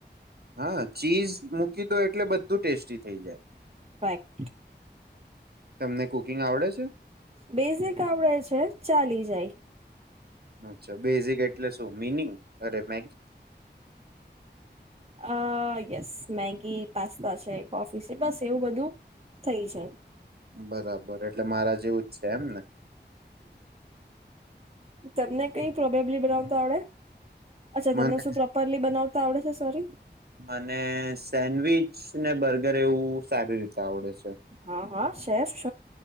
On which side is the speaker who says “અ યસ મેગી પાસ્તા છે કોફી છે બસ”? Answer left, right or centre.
Right